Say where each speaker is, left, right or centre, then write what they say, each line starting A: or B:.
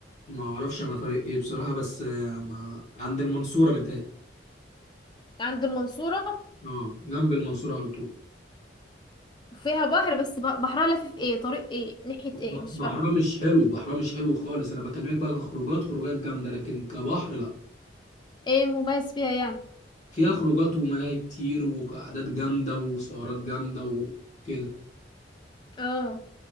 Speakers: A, on the left (about 40°); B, on the left (about 25°).
A: ما اعرفش على طريق ايه بصراحه بس آه، ما عند المنصوره متهيألي
B: عند المنصورة
A: اه جنب المنصوره على طول
B: فيها بحر بس ب- بحرها لافف ايه طريق ايه ناحية
A: ب-
B: ايه مش
A: بحرها
B: فاهمة
A: مش حلو بحرها مش حلو خالص انا بكلمك بقى كخروجات خروجات جامده لكن كبحر لا
B: ايه مميز فيها يعني
A: فيها خروجات وملاهي كتير وقعدات جامده وسهرات جامده وكده
B: اه